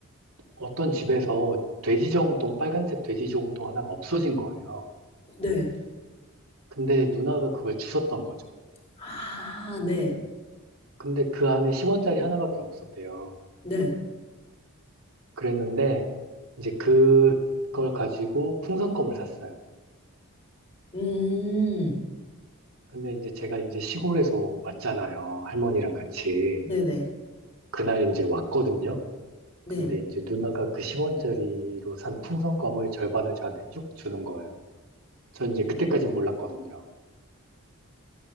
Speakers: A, on the right (about 75°); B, on the left (about 25°).
A: 어떤 집에서 돼지 저금통, 빨간색 돼지 저금통 하나가 없어진 거예요.
B: 네.
A: 근데 누나가 그걸 주웠던 거죠.
B: 아, 네,
A: 근데 그 안에 10원짜리 하나밖에 없었대요.
B: 네.
A: 그랬는데, 이제 그걸 가지고 풍선껌을 샀어요.
B: 음,
A: 근데 이제 제가 이제 시골에서 왔잖아요. 할머니랑 같이.
B: 네네,
A: 그날 이제 왔거든요.
B: 네.
A: 근데 이제 누나가 그 10원짜리로 산 풍선껌을 절반을 저한테 쭉 주는 거예요. 전 이제 그때까진 몰랐거든요.